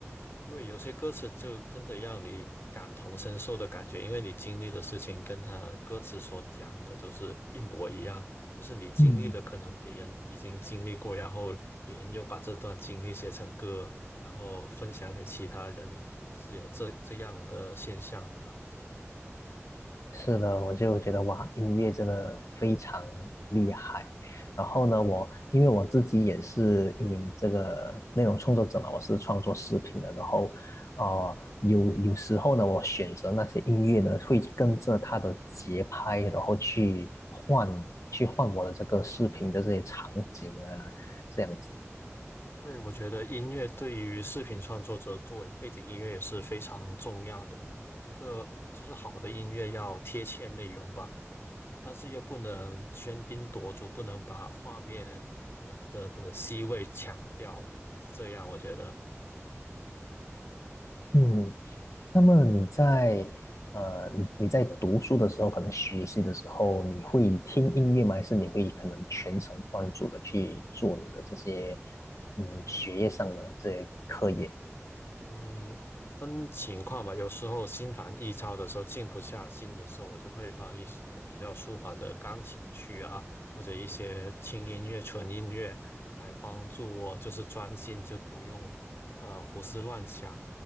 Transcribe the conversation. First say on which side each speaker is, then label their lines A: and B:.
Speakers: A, on the left; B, on the left.
A: 因为有些歌词就真的让你感同身受的感觉，因为你经历的事情跟他歌词所讲的都是一模一样，就是你经历的可能别人已经经历过，
B: 嗯，
A: 然后别人又把这段经历写成歌，然后分享给其他人，是有这这样的现象的。
B: 是的，我就觉得哇，音乐真的非常厉害。然后呢，我因为我自己也是一名这个内容创作者嘛，我是创作视频的。然后，呃，有有时候呢，我选择那些音乐呢，会跟着它的节拍，然后去换去换我的这个视频的这些场景啊，这样子。
A: 对，我觉得音乐对于视频创作者作为背景音乐也是非常重要的。一个就是好的音乐要贴切内容吧，但是又不能喧宾夺主，不能把画面的的 C 位抢掉。这样我觉得，
B: 嗯，那么你在呃，你你在读书的时候，可能学习的时候，你会听音乐吗？还是你会可能全程贯注的去做你的这些嗯学业上的这些课业？
A: 嗯，分情况吧。有时候心烦意躁的时候，静不下心的时候，我就会放一些比较舒缓的钢琴曲啊，或者一些轻音乐、纯音乐来帮助我，就是专心，就不用呃胡思乱想。